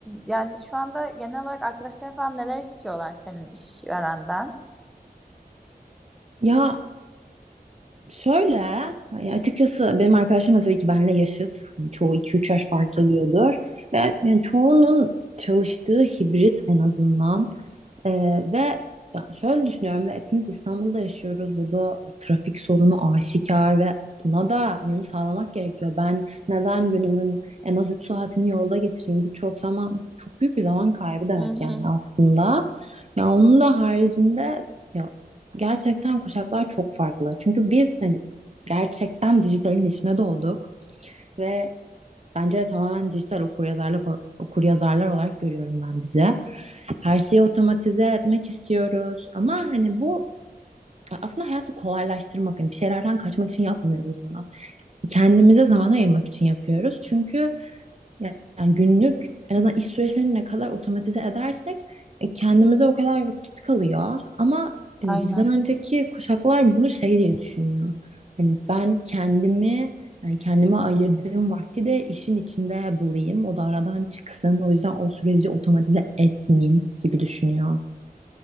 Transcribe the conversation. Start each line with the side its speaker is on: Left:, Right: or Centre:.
Centre: Yani şu anda genel olarak arkadaşların falan neler istiyorlar senin işverenden?
Right: Ya Şöyle, hani açıkçası benim arkadaşlarım da tabii ki benle yaşıt. Hani çoğu iki üç yaş fark ediyordur. Ve yani çoğunun çalıştığı hibrit en azından. Ee, ve ya şöyle düşünüyorum ve hepimiz İstanbul'da yaşıyoruz. Burada bir trafik sorunu aşikar ve buna da uyum sağlamak gerekiyor. Ben neden günümün en az 3 saatini yolda geçireyim? Bu çok zaman, çok büyük bir zaman kaybı demek
Centre: Hı hı.
Right: yani aslında. Ya onun da haricinde ya Gerçekten kuşaklar çok farklı. Çünkü biz hani gerçekten dijitalin içine doğduk ve bence tamamen dijital okuryazarlık okuryazarlar olarak görüyorum ben bizi. Her şeyi otomatize etmek istiyoruz ama hani bu aslında hayatı kolaylaştırmak, hani bir şeylerden kaçmak için yapmıyoruz bunu. Kendimize zaman ayırmak için yapıyoruz. Çünkü yani yani günlük en azından iş süreçlerini ne kadar otomatize edersek e, kendimize o kadar vakit kalıyor. Ama e,
Centre: Aynen.
Right: bizden önceki kuşaklar bunu şey diye düşünüyor. Hani ben kendimi yani kendime ayırdığım vakti de işin içinde bulayım. O da aradan çıksın. O yüzden o süreci otomatize etmeyeyim gibi düşünüyor.